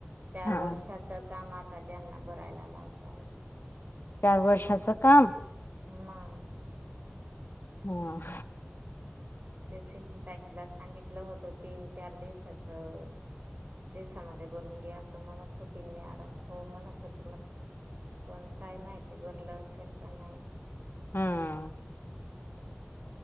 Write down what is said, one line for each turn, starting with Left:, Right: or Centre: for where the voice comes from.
Right: चार
Left: हा
Right: वर्षाच कामात ता त्यांना भरायला लावताय
Left: चार वर्षाचं काम.
Right: मंग.
Left: हम्.
Right: ते सिमी ताईलांना सांगितलं होतं तीन चार दिवसाचं. देशामध्ये भरुन घे असं म्हणत होती मॅडम हो म्हणत होते मगाशी. पण काय माहिती भरलं असं <inaudible> नाही
Left: हम्म.